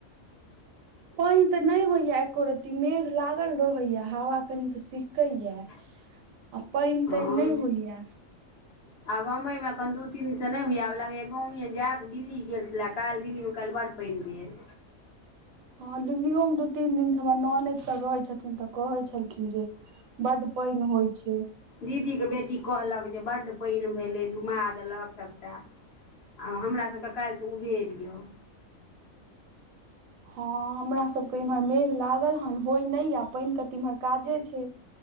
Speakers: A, on the left; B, on the right.
A: <inaudible>
B: पइन ते नहि होइया एको रत्ती मेघ लागल रहेया हवा कनी त सिषके या
A: <unintelligible>
B: आ पैन
A: हँ
B: तैन नहि होइएआ
A: आब बम्बई मे एखन दू तीन स नहि होयया आब लागैएा गावे जायत दिल्ली गेल छलै काल्हि दिल्लीमे काल्हि बड़ पैन भेलय
B: हँ दिल्लीयो मे दू तीन दिन स हमर ननैद सब रहै छथि तऽ कहे छलखिन जे बड पैन होइ छै
A: दीदीके बेटी कहलक जे बड्ड पैन भेलै धुमा देलक सभटा आ हमरासबके कैल स उबेर या
B: हँ हमरा सबके इम्हर मेघ लागल हन होय नहि य पैन के तऽ इम्हर काजे छै